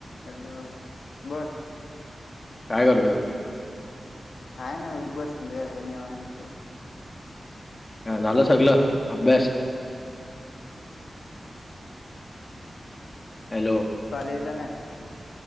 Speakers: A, on the left (about 85°); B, on the left (about 30°).
A: Hello बोल
B: काय करतोय
A: काय नाही बसलोय आता निवांत
B: ह झालं सगळ अभ्यास? हॅलो
A: कॉलेजला नाही